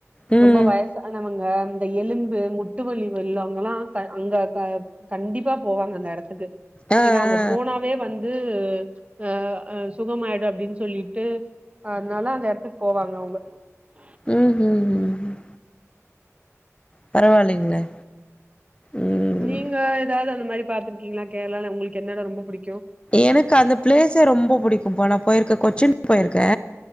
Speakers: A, on the left; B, on the right.
A: ம்
B: ரொம்ப வயசானவங்க இந்த எலும்பு முட் முட்டுவல்லி வெ உள்ளவங்கல்லா அங்க க கண்டிப்பா போவாங்க அந்த எடத்துக்கு
A: ஆ
B: ஏன்னா அங்க
A: ஆ
B: போனாவே வந் <unintelligible> அ ஆ சுக ஆயிடு அப்டின்னு சொல்லிட்டு அதனால அந்த எடத்துக்கு போவாங்க <unintelligible>
A: ம் ம் ம் ம் பரவாயில்லைங்களே ம்
B: நீங்க எதாது அந்து மாரி பாத்ருக்கீங்களா கேர்ளால ஒங்ளுக்கு என்னட ரொம்ப புடி
A: எனக்கு அந்த பிளேஸே ரொம்ப புடிக்கும் போ போயிருக்கே கொச்சின் போயிருக்கே